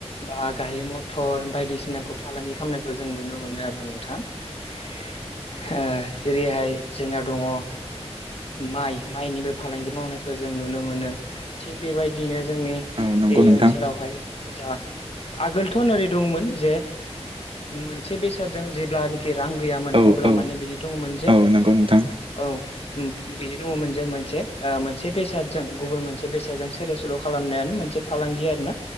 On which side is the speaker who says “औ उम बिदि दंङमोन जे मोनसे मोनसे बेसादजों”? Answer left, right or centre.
Left